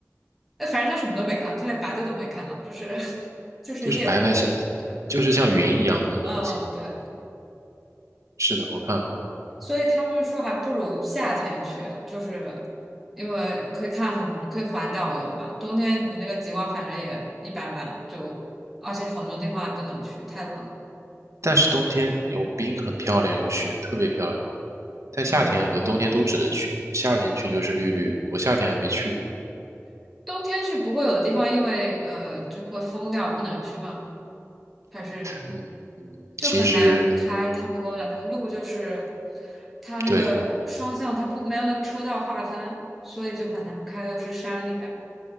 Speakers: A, in the centre; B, on the right.
A: 哎，反正他什么都没看，他连白的都没看到，就是 <laughs> 就是夜空。
B: 就是白白像，
A: 对，
B: 就是像云一样的东西。
A: 嗯，对，
B: 是的，我看过。
A: 所以他们说还不如夏天去，就是因为可以看很可以环岛游嘛。冬天你那个极光反正也一般般，就而且很多地方也不能去，太冷了。
B: 但是冬天有冰，很漂亮，有雪，特别漂亮。但夏天和冬天都值得去。
A: 嗯。
B: 夏天去就是绿绿的，我夏天还没去过。
A: 冬天去不会有地方因为呃就会封掉不能去吗？还是
B: 嗯嗯，
A: 就很难开？
B: 其实
A: 他们跟我讲那个路就是它那个双向它不没有那个车道划分，
B: 对
A: 所以就很难开，又是山里边。